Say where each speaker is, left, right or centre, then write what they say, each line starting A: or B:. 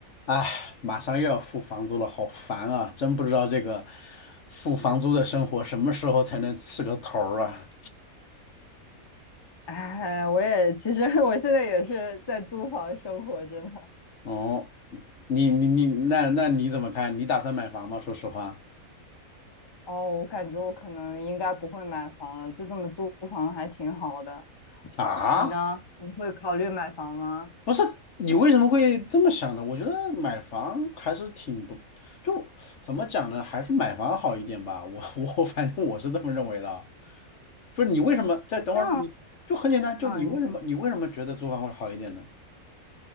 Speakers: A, on the left (about 60°); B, on the left (about 25°).
A: 哎，马上又要付房租了，好烦啊！真不知道这个付房租的生活什么时候才能是个头儿啊？
B: 哎，我也其实 <laughs> 我现在也是在租房生活真的。
A: 哦，你你你，那那你怎么看？你打算买房吗？说实话
B: 哦，我感觉我可能应该不会买房了，就这么租房还挺好的。
A: 啊，
B: 你呢？你会考虑买房吗？
A: 不是，你为什么会这么想呢？我觉得买房还是挺不，就怎么讲呢？还是买房好一点吧。我我反正我是这么认为的啊。就是你为什么？再等会儿，
B: 但
A: 你就很简单，就你为什么你为什么觉得租房会好一点呢？
B: 嗯，